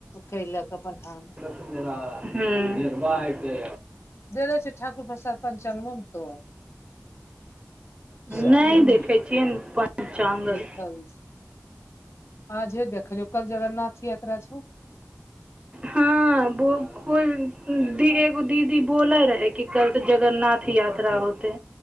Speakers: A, on the left; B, on the right.
A: कइलक अपन हँ
B: हुँ निर्भाह हतै
A: जेल छै ठाकुर प्रसाद पञ्चाङंगमोमतो साइड
B: नहि
A: मे
B: देखै छियै पञ्चागर
A: लिखल छै आजे देखलौ कल जगन्नाथ यात्रा छै
B: हँ बकुल
A: छौ
B: दि एगो दीदी बोले रहै कि कल तऽ जगन्नाथ यात्रा होते